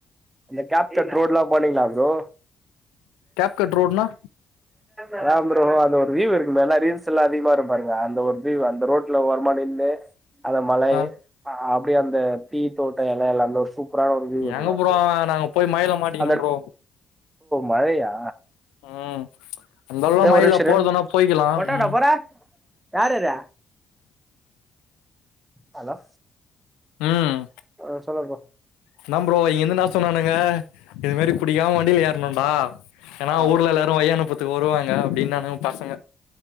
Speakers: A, on the right (about 15°); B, on the left (about 70°).
A: அந்த கேப்டட் ரோட்ல்லா போனீங்ளா ப்ரோ
B: கேப் கட் ரோடுனா
A: அதா ப்ரோ அந்த ஒரு வியூ இருக்குமே எல்லா ரீல்ஸ் எல்லா அதிகமா வரு பாருங்க அந்த ஒரு வியூ அந்த ரோட் ட்ல ஓரமா நின்னு அந்த மலை
B: ஆ
A: அப்டியே அந்த டீ தோட்ட எல எல்லாமே ஒரு சூப் சூப்ரான ஒரு வீயு ஒன்னு
B: எங்க
A: பாத்தே
B: ப்ரோ அவன் நாங்க போய் மழைல மாட்டிக்கினோ
A: அந்த
B: ப்ரோ
A: மழையா
B: ம் அந்தளவுளா
A: ஏ
B: மழ
A: ஒரு
B: இல்ல
A: நிமிஷ இரு
B: போறதுன்னா போயிக்கலா
A: கொட்டாடா
B: ம்
A: போற யார் அது ஹலோ
B: ம்
A: அ சொல்லு ப்ரோ
B: என்னா ப்ரோ இங்க இந்து என்னா சொன்னானுங்க இது மாரி புடிக்காம வண்டியில ஏறணுடா ஏனா
A: ஆ
B: ஊர்ல எல்லாரு வழி அனுப்பு த்து வருவாங்க அப்டின்னானுங்பசங்க